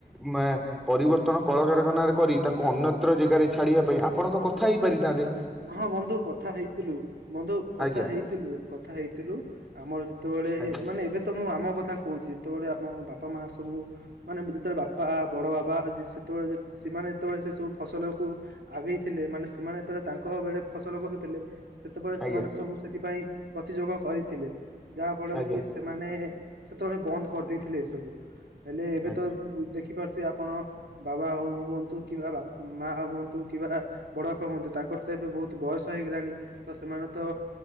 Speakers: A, in the centre; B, on the right.
A: ମା ପରିବର୍ତ୍ତନ କଳକାରଖାନାରେ କରି ତାକୁ ଅନ୍ୟତ୍ର ଜେଗାରେ ଛାଡ଼ିବା ପାଇଁ ଆପଣ ତ କଥା ହେଇପାରିଥାନ୍ତେ।
B: ହଁ ବନ୍ଧୁ କଥା ହେଇଥିଲୁ ବନ୍ଧୁ କଥା
A: ଆଜ୍ଞା
B: ହେଇଥିଲୁ କଥା ହେଇଥିଲୁ। ଆମର ଯେତୋବେଳେ
A: ଆଜ୍ଞା
B: ମାନେ ଏବେ ତ ମୁଁ ଆମ କଥା କୋହୁଚି ଯେତୋଳେ ଆମ ବାପା ମା ସବୁ ମାନେ ବ ଯେତେଳେ ବାପା ବଡ଼ ବାବା ଯେ ସେତୋଳେ ଯେ ସେମାନେ ଯେତୋଳେ ସେ ସବୁ ଫସଲକୁ ଆଗେଇଥିଲେ ମାନେ ସେମାନେ ଯେତୋଳେ ତାଙ୍କ ବେଳେ ଫସଲ କରୁଥିଲେ ସେତୋବେଳେ
A: ଆଜ୍ଞା
B: ସେମାନେ ସବୁ ସେଥିପାଇଁ ପ୍ରତିଯୋଗ କରିଥିଲେ ଯାହା ଫଳରେ
A: ଆଜ୍ଞା
B: କି ଏସ୍ ସେମାନେ ସେତୋଳେ ବନ୍ଦ କରିଦେଇଥିଲେ ଏସବୁ ହେଲେ ଏବେ
A: ଆଜ୍ଞା
B: ତ ବୁ ଦେଖିପାରୁ ଥୁଏ ଆପଣ ବାବା ହୋଉ ହୁଅନ୍ତୁ କିବା ବା ମା ହୁଅନ୍ତୁ କିବା ବଡ଼ ବାପା ହୁଅନ୍ତୁ ତାଙ୍କର ତ ଏବେ ବୋହୁତ ବୟସ ହେଇଗଲାଣି ତ ସେମାନେ ତ